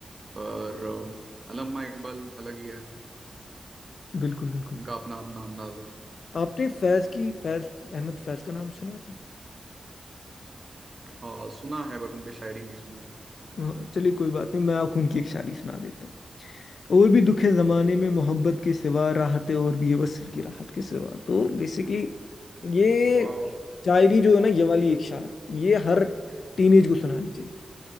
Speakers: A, on the right (about 45°); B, on the left (about 75°).
A: पर अ, अल्लामा इकबाल अलग ही है
B: बिल्कुल बिल्कुल
A: उनका अपना अपना अंदाज है
B: आपने फैज की फैज अहमद फैज का नाम सुना है आपने
A: अ, सुना है बट उनके शायरी नहीं सुनी
B: और चलिए कोई बात नहीं मैं आपको उनकी एक शायरी सुना देता हूँ और भी दुख है ज़माने में मोहब्बत के सिवा राहत है और भी है वसल की राहत के सिवा तो बेसिकली ये
A: वाह वाह वाह।
B: शायरी जो है ना ये वाली एक शार ये हर टीनेज को सुनानी चाहिए